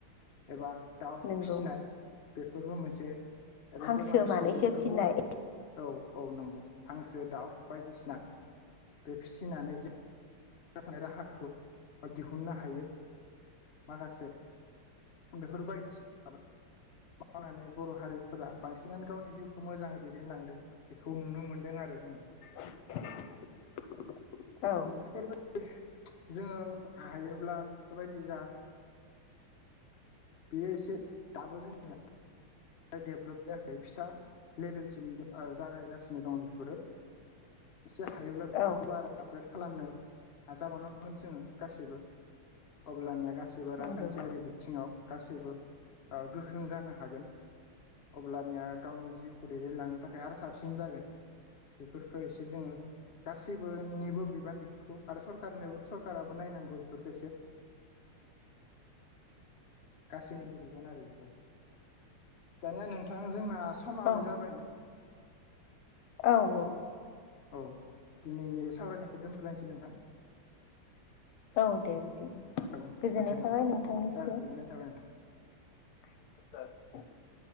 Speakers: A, on the left; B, on the left.
A: एबा दाउ
B: नंगौ
A: फिनाय। बेफोरबो मोनसे एबा
B: हांसो
A: बोरमा फिनाय
B: मानैसो
A: बेफोरबो
B: फिनाय
A: औ औ नंगौ हांसो दाउ बायदिसिना बे फिसिनानै ज थानाय राहाखौ दिहुननो हायो माखासे बेफोर बायदिसिना <unintelligible> मावनानै बर' हारिफोरा बांसिनानो गावनि जिउखौ मोजाङै दैदेनलांदों। बेखौ नुनो मोन्दों आरो जोंङो।
B: <unintelligible> औ
A: बेफोरबायदि जोङो हायोब्ला बेफोरबायदि जा बेयो एसे दाबो जोंनिया डेभलप जायाखै फिसा लेभेलसिम उम जागायगासिनो दं बेफोरो।
B: <inaudible>
A: एसे हायोब्ला बेफोरखौबो
B: औ
A: आरो आपग्रेड खालामनो नाजाबावनांगोन जोङो गासैबो। अब्लानिया गासैबो
B: नंगौ
A: रांखान्थियारि बिथिङाव गासैबो ओ गोख्रों जानो हागोन अब्लानिया गावनि जिउखौ दैदेनलांनो थाखाय आरो साबसिन जागोन बेफोरफोरखौ एसे जोंङो गासैबोनिबो बिबान बेफोरखौ आरो सरखारनोबो सरखाराराबो नायनांगौ बेफोरखौ एसे। गासैनिबो बिबान आरो बेफोर दानिया नोंथां जोंना समाबो
B: औ
A: जाबायमोन।
B: औ औ।
A: औ दिनै नैबे सावरायनायखौ दोन्थ'लायनोसै नोंथां।
B: औ दे बिदि
A: औ
B: गोजोननाय
A: नोंथां
B: थाबाय
A: दे
B: नोंथांनिसिम।
A: गोजोननाय थाबाय नोंथां।
B: <unintelligible>